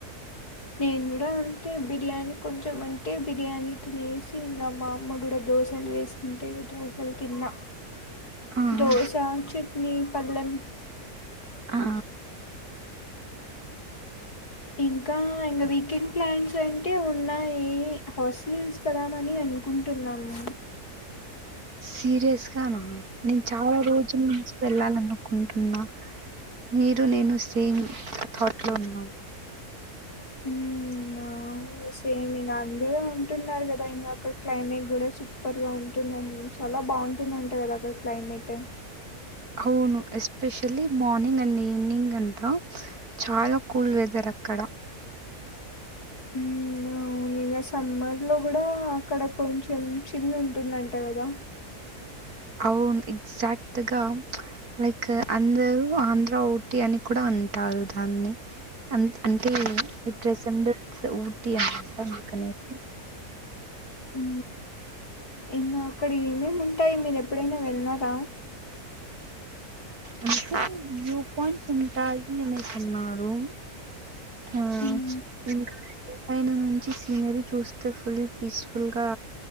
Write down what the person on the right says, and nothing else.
ఆహా
ఆ
సీరియస్ గానా నేన్ చాలా రోజుల్ నుంచి వెళ్ళాలనుకుంటున్నా మీరు నేను సేమ్ థాట్ లో ఉన్నాం
అవును ఎస్పెషలీ మార్నింగ్ అండ్ ఈవనింగ్ అంతా చాలా కూల్ వెదర్ అక్కడ
అవున్ ఎగ్జాక్టు గా లైక్ అందరూ ఆంధ్ర వూటి అని కూడా అంటారు దాన్ని అంత్ అంటే ఈ ప్రెసెండేసు ఊటి అన్నమాట అందుకనేసి
అంటే రూప్ పాయింట్స్ ఉంటాయి అనేసి అన్నారు తా
ఇంకా అండి ఆయన నుంచి సీనరీ చూస్తే ఫుల్ పీస్ఫుల్గా